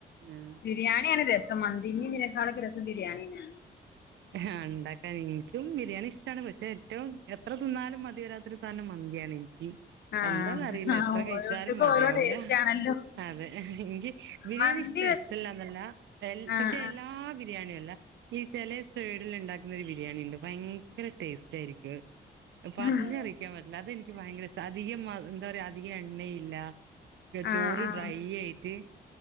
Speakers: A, on the right; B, on the left.
A: ആ
B: ബിരിയാണിയാണ് രസം മന്തിന്റേം ഇതിന്റെക്കാളൊക്കെ രസം ബിരിയാണിന്നെ ആണ്
A: ഹാഹ് ഇണ്ടാക്കാൻ ഇൻക്ക് കഴിയി ബിരിയാണി ഇഷ്ടാണ് പക്ഷെ ഏറ്റവും എത്ര തിന്നാലും മതിവരാത്തൊരു സാധനം മന്തിയാണ് എനിക്ക്
B: ആഹ്
A: എന്താന്നറിയില്ല
B: ആഹ്
A: എത്ര കഴിച്ചാലും
B: ഓരോരുത്തർക്കും
A: മതിയാവൂല
B: ഓരോ ടേസ്റ്റ് ആണല്ലോ
A: അതെ എനിക്ക് ബിരിയാണി
B: മന്തി
A: ഇഷ്ട
B: വെ
A: ഇഷ്ടല്ലാന്നല്ല എൽ
B: ആഹ്
A: പക്ഷെ എല്ലാ ബി ബിരിയാണിയല്ല ഈ ചെലെ സൈഡിൽ ഉണ്ടാക്കുന്ന ഒരു ബിരിയാണിണ്ട് ഭയങ്കര ടേസ്റ്റ് ആയിരിക്കും അത് പറഞ്ഞറിയി
B: ആഹ്
A: യിക്കാൻ പറ്റില്ല അതെനിക്ക് ഭയങ്കര ഇഷ്ട അധികം എന്താ പറയാ അധികം എണ്ണയില്ല ക്കെ
B: ആഹ്
A: ചോറ്
B: ആഹ്
A: ഡ്രൈ ആയിട്ട്